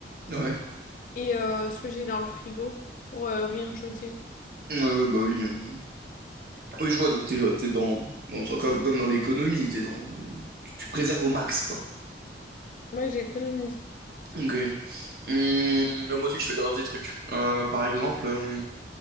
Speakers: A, on the right (about 55°); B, on the left (about 45°).
A: mhm. Ouais.
B: et euh, ce que j'ai dans le frigo pour euh, rien jeter.
A: Ouais, ouais, bah oui. euh. Oui, je vois, donc t'es, t'es dans, dans- comme, comme dans l'économie, t'es dans, tu, tu préserves au max, quoi.
B: Moi, j'économise.
A: Ok. Hum, moi aussi, je fais grave des trucs. Euh, par exemple, euh,